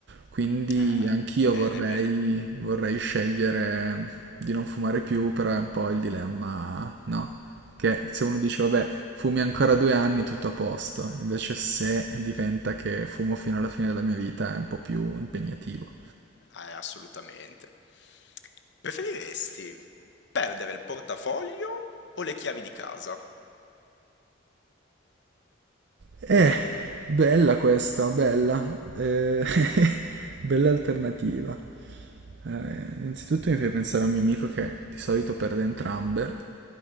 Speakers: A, on the right; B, on the left.
A: Quindi
B: Eh,
A: anch'io
B: bene,
A: vorrei,
B: bene.
A: vorrei scegliere di non fumare più, però è un po' il dilemma, no? Che se uno dice, vabbè, fumi ancora due anni, tutto a posto, invece se diventa che fumo fino alla fine della mia vita è un po' più impegnativo.
B: Eh, assolutamente. Preferiresti perdere il portafoglio o le chiavi di casa?
A: Eh, bella questa, bella. Eh, <laughs> bella alternativa. Eh, innanzitutto mi fai pensare a un mio amico che di solito perde entrambe.